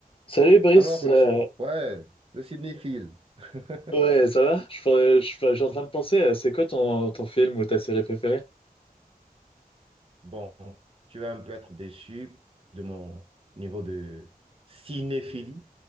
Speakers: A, on the left (about 35°); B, on the right (about 35°).
A: Salut Brice,
B: Alors,
A: euh,
B: le, ouais, le cinéphile. <laughs>
A: ouais ça va? Je, pourrais- je, je suis en train de penser, euh, c'est quoi ton, ton film ou ta série préférée?
B: Bon, tu vas un peu être déçu de mon niveau de cinéphilie,